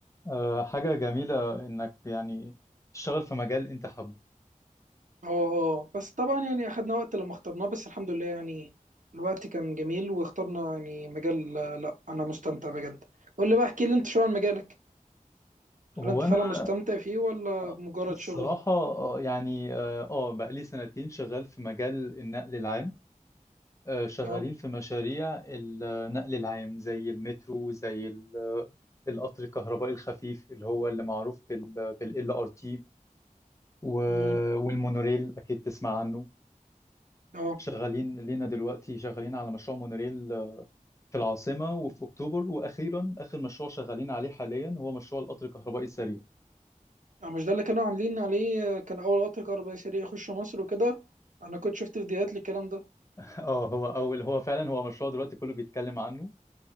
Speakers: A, on the left; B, on the right.
A: آه، حاجة جميلة إنك يعني تشتغل في مجال أنت حابه
B: اه اه بس طبعا يعني اخدنا وقت لما اخترناه بس الحمد لله يعني الوقت كان جميل واخترنا يعني مجال آه، لا انا مستمتع بجد قول لي بقى احكي لي انت شو عن مجالك
A: هو
B: هل انت
A: أنا
B: فعلا مستمتع فيه ولا
A: آه،
B: مجرد
A: الصراحة
B: شغل
A: آه، يعني آه آه، بقالي سنتين شغال في مجال النقل العام آه، شغالين
B: اه
A: في مشاريع النقل العام زي المترو زي ال- آه، القطر الكهربائي الخفيف اللي هو اللي معروف بال بال LRT و-
B: امم
A: والمونوريل أكيد تسمع عنه
B: اه
A: شغالين لينا دلوقتي شغالين على مشروع مونوريل في العاصمة وفي أكتوبر وأخيرا آخر مشروع شغالين عليه حاليا هو مشروع القطر الكهربائي السريع
B: آه، مش ده اللي كانوا عاملين عليه آه، كان اول قطر كهربائي سريع يخش مصر وكده انا كنت شفت فيديوهات للكلام ده
A: <laughs> اه هو أول هو فعلا هو مشروع دلوقتي كله بيتكلم عنه